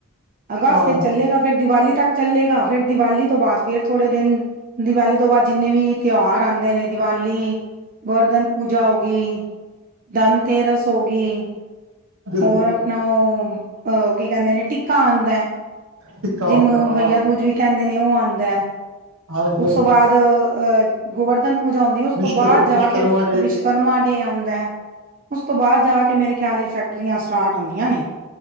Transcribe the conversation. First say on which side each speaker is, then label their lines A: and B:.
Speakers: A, on the right; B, on the right.
A: ਅਗਸਤ
B: ਹਾਂ
A: ਵਿੱਚ ਚੱਲੇਗਾ ਫਿਰ ਦੀਵਾਲੀ ਤੱਕ ਚੱਲੇਗਾ ਫੇਿਰ ਦੀਵਾਲੀ ਤੋਂ ਬਾਅਦ ਫੇਿਰ ਥੋੜੇ ਦਿਨ ਦੀਵਾਲੀ ਤੋਂ ਬਾਅਦ ਜਿੰਨੇ ਵੀ ਤਿਉਹਾਰ ਆਉਂਦੇ ਨੇ ਦੀਵਾਲੀ ਗੋਰਧਨ ਪੂਜਾ ਹੋ ਗਈ ਧਨ ਤੇਰਸ ਹੋ ਗਈ
B: ਬਿਲਕੁਲ
A: ਹੋਰ ਆਪਣਾ ਉਹ ਕੀ ਕਹਿੰਦੇ ਨੇ ਟਿੱਕਾ ਆਉਂਦਾ
B: ਟਿੱਕਾ
A: ਜਿਹਨੂੰ
B: ਹੋ ਗਿਆ ਹਾਂ
A: ਬਹੀਆ ਦੂਜ ਵੀ ਕਹਿੰਦੇ ਨੇ ਉਹ ਆਉਂਦਾ ਹੈ
B: ਹਾਂਜੀ
A: ਉਸ ਤੋਂ ਬਾਅਦ ਅਹ ਗੋਵਰਧਨ ਪੂਜਾਉਂਦੀ ਉਸ
B: ਵਿਸ਼ਕਰ
A: ਤੋਂ ਬਾਅਦ ਜਾ
B: ਵਿਸ਼ਕਰਮਾ
A: ਕੇ
B: ਡੇ
A: ਵਿਸ਼ਕਰਮਾ
B: ਵੀ
A: ਡੇ ਆਉਂਦਾ ਹੈ ਉਸ ਤੋਂ ਬਾਅਦ ਜਾ ਕੇ ਮੇਰੇ ਖਿਆਲ ਲਈ ਫੈਕਟਰੀਆਂ ਸਟਾਰਟ ਹੁੰਦੀਆਂ ਨੇ